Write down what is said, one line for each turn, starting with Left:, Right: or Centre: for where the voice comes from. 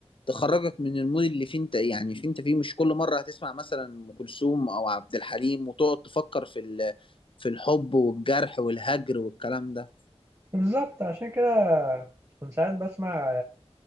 Left: تخرجك من المود اللي فيه انت يعني فيه انت فيه مش كل مرة هتسمع مثلا ام كلثوم او عبد الحليم وتقعد تفكر في ال- في الحب والجرح والهجر والكلام ده
Right: بالظبط عشان كده كنت ساعات بسمع